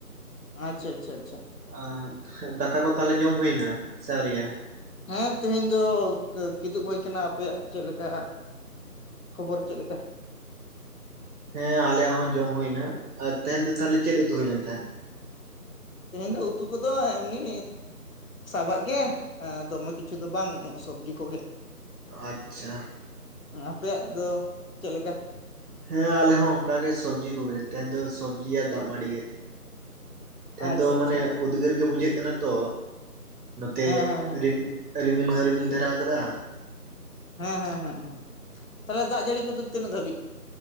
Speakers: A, on the left; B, on the right.
A: ᱟᱸᱪᱪᱷᱟ ᱟᱪᱪᱷᱟ ᱟᱪᱪᱷᱟ᱾
B: ᱟ <inaudible> ᱫᱟᱠᱟ ᱠᱚ ᱛᱟᱦᱚᱞᱮ ᱡᱚᱢ ᱦᱩᱭ ᱱᱟ ᱥᱮ ᱟᱹᱣᱨᱤ ᱭᱟ?
A: ᱦᱮᱸ, ᱛᱮᱦᱮᱧ ᱫᱚ ᱠᱮ-ᱠᱤᱫᱩᱵ ᱦᱩᱭ ᱠᱟᱱᱟ, ᱟᱯᱮᱭᱟᱜ ᱪᱮᱫ ᱞᱮᱠᱟ? ᱠᱷᱚᱵᱚᱨ ᱪᱮᱫ ᱞᱮᱠᱟ?
B: ᱦᱮᱸ ᱟᱞᱮᱭᱟᱜ ᱦᱚᱸ ᱡᱚᱢ ᱦᱩᱭ ᱱᱟ ᱟᱨ ᱛᱟᱦᱮᱱ ᱫᱚ ᱛᱟᱦᱚᱞᱮ ᱪᱮᱫ ᱩᱛᱩ ᱦᱩᱭ ᱞᱮᱱ ᱛᱟᱦᱮᱸᱜ?
A: ᱛᱮᱦᱮᱸᱱ ᱫᱚ ᱩᱛᱩ ᱠᱚᱫᱚ ᱮᱢᱱᱤ ᱥᱟᱵᱟᱜ ᱜᱮ ᱮᱸ ᱫᱚᱢᱮ ᱠᱤᱪᱷᱩ ᱫᱚ ᱵᱟᱝ ᱥᱚᱵᱡᱤ ᱠᱚᱜᱮ᱾
B: ᱟᱪᱪᱷᱟ᱾
A: ᱦᱚᱸ ᱟᱯᱮᱭᱟᱜ ᱫᱚ ᱪᱮᱫ ᱞᱮᱠᱟ?
B: ᱦᱮᱸ ᱟᱞᱮ ᱦᱚᱸ ᱚᱱᱠᱟ ᱜᱮ ᱥᱚᱵᱽᱡᱤ ᱠᱚᱜᱮ ᱛᱮᱦᱮᱧ ᱫᱚ ᱥᱚᱵᱽᱡᱤ ᱟ ᱫᱟᱜ ᱢᱟᱲᱤ ᱜᱮ᱾ ᱛᱟᱦᱮᱱ
A: ᱟᱪᱪᱷᱟ
B: ᱫᱚ
A: ᱟᱪᱪᱷᱟ
B: ᱢᱟᱱᱮ ᱩᱫᱽᱜᱟᱹᱨ ᱜᱮ ᱵᱩᱡᱷᱟᱹᱜ ᱠᱟᱱᱟ ᱛᱚ ᱱᱚᱛᱮ
A: ᱦᱮᱸ ᱦᱮᱸ ᱦᱮᱸ
B: ᱨᱤᱢ ᱨᱤᱢᱤᱞ ᱦᱚᱸᱭ ᱨᱤᱢᱤᱞ ᱫᱷᱟᱨᱟ ᱟᱠᱟᱫᱟ᱾
A: ᱦᱮᱸ ᱦᱮᱸ ᱦᱮᱸ ᱦᱮᱸ ᱛᱟᱦᱚᱞᱮ ᱫᱟᱜ ᱡᱟᱹᱲᱤ ᱠᱚᱫᱚ ᱛᱤᱱᱟᱹᱜ ᱫᱷᱟᱹᱵᱤᱡ?